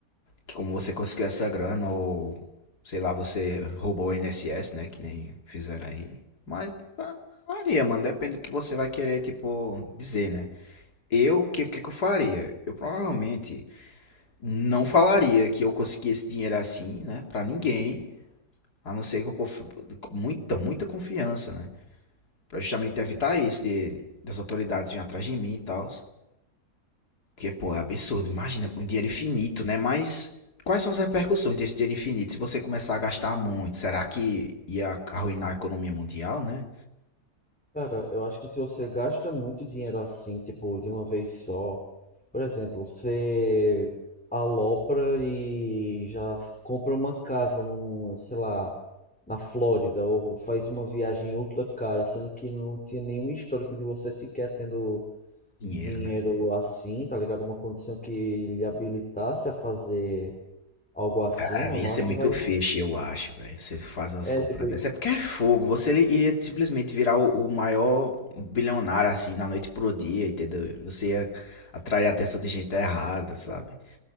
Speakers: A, on the left; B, in the centre.
A: Que como você conseguiu essa grana, ou sei lá, você roubou o INSS, né? Que nem fizeram aí. Mas va- varia, mano, depende do que você vai querer, tipo, dizer, né? Eu, o que, que que eu faria? Eu provavelmente. Não falaria que eu consegui esse dinheiro assim, né? Pra ninguém. A não ser que eu conf... com muita, muita confiança, né? Pra justamente evitar isso de... das autoridades virem atrás de mim e tal. Porque, pô, é absurdo. Imagina, um dinheiro infinito, né? Mas quais são as repercussões desse dinheiro infinito se você começar a gastar muito? Será que ia arruinar a economia mundial, né?
B: Cara, eu acho que se você gasta muito dinheiro assim, tipo, de uma vez só, por exemplo, você alopra e já f- compra uma casa num, sei lá, na Flórida, ou faz uma viagem ultra cara, sendo que não tinha nenhum histórico de você sequer tendo
A: Dinheiro,
B: dinheiro
A: né?
B: assim, tá ligado? Uma condição que lhe habilitasse a fazer algo assim,
A: Cara,
B: mano,
A: ia ser
B: eu acho
A: muito
B: que vai.
A: feixe, eu acho, velho. Você fazer umas
B: É,
A: compras
B: tipo,
A: dessas.
B: e,
A: É porque é fogo. Você li- iria simplesmente virar o, o maior bilionário, assim, na noite pro dia, entendeu? Você ia atrair a atenção de gente errada, sabe?